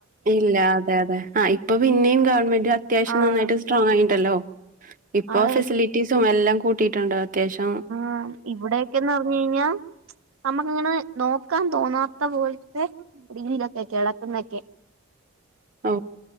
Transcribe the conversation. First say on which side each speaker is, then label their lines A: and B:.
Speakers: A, on the right (about 40°); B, on the right (about 70°).
A: ഇല്ല അതെ അതെ ആ ഇപ്പൊ പിന്നെയും ഗവൺമെന്റ് അത്യാവശ്യം
B: ആഹ്
A: നന്നായിട്ട് സ്ട്രോങ് ആയിണ്ടല്ലോ ഇപ്പൊ
B: അതെ
A: ഫെസിലിറ്റീസും എല്ലാം കൂട്ടിയിട്ടുണ്ട് അത്യാവശം
B: ആ ഇവിടെൊക്കെന്ന് പറഞ്ഞ് കഴിഞ്ഞാൽ നമ്മുക്ക്ങ്ങനെ നോക്കാൻ തോന്നാത്ത പോലത്തെ ടിന്നിലൊക്കെ കിടക്കുനൊക്കെ
A: ഓ